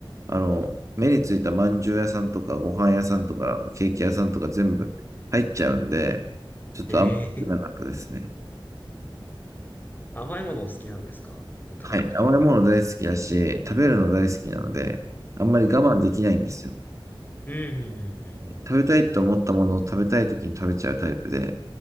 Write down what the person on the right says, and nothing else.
あの、目についたまんじゅう屋さんとか、ご飯屋さんとか、ケーキ屋さんとか全部入っちゃうんで、ちょっとあんまり良くなかったですね。
はい。甘いもの大好きだし、食べるの大好きなので、あんまり我慢できないんですよ。
食べたいと思ったものを食べたい時に食べちゃうタイプで、